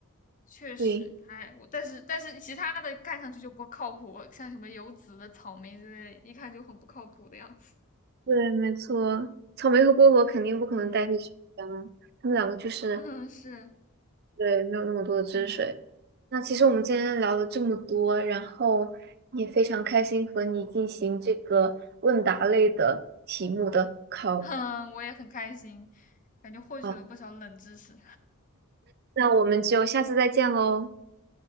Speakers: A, on the left; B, on the right.
A: 确实还我，
B: 对，
A: 但是但是其他的看上去就不靠谱，像什么有籽的、草莓之类，一看就很不靠谱的样子。
B: 对，没错，草莓和菠萝肯定不可能代替水果啊，
A: 嗯
B: 它们两个就是
A: 嗯，是
B: 对没有那么多的汁水。
A: 嗯
B: 那其实我们今天聊了这么多，然后也非常开心和你进行这个问答类的题目的考。
A: 哼，<laughs> 我也很开心，感觉获取了不少冷知识。
B: 好，那我们就下次再见喽，